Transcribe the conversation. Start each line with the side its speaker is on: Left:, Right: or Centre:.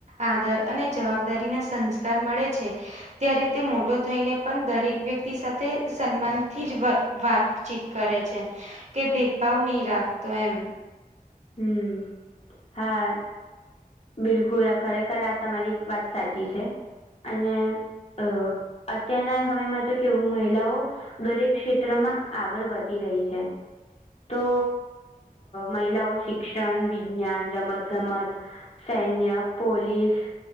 Right: આદર અને જવાબદારી ના સંસ્કાર મળે છે. ત્યારે તે મોટો થઈને પણ દરેક વ્યક્તિ સાથે સન્માનથી જ વાત. વાચીત કરે છે કે ભેદભાવ નહી રાખતો એમ.
Left: હમ હા. બિલકુલ આ ખરેખર આ તમારી વાત સાચી છે અને અ. અત્યારના સમયમાં તો કેવું મહિલાઓ દરેક ક્ષેત્રમાં. આગળ વધી રહી છે તો મહિલાઓ. શિક્ષણ, વિજ્ઞાન, રમત-ગમત, સૈન્ય, પોલીસ